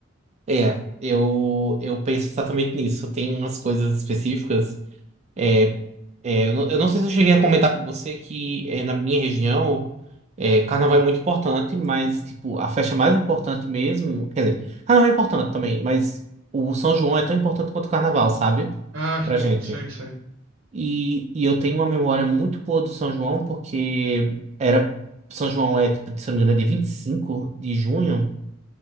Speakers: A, on the right; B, on the right.
A: É, eu, eu penso exatamente nisso. Tem umas coisas específicas. É, é, eu não, eu não sei se eu cheguei a comentar com você que é, na minha região, é, carnaval é muito importante, mas tipo, a festa mais importante mesmo. Quer dizer, carnaval é importante também, mas o São João é tão importante quanto o carnaval, sabe?
B: Ah, que
A: Pra
B: bom,
A: gente.
B: sim, sim.
A: E, e eu tenho uma memória muito boa do São João, porque era. São João é, tipo, se eu não me engano, é dia 25 de junho.